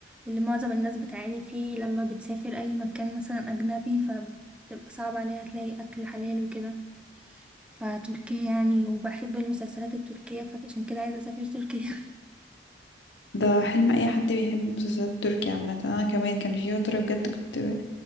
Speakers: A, in the centre; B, on the left.
A: اللي معظم الناس بتعاني فيه لما بتسافر اي مكان مثلا اجنبي فبتبقى صعب عليها تلاقي اكل حلال وكده فتركيا يعني وبحب المسلسلات التركية فعشان كده عايزة اسافر تركيا
B: ده حلم اي حد بيحب مسلسلات تركيا عامة انا كمان كان في فترة بجد كنت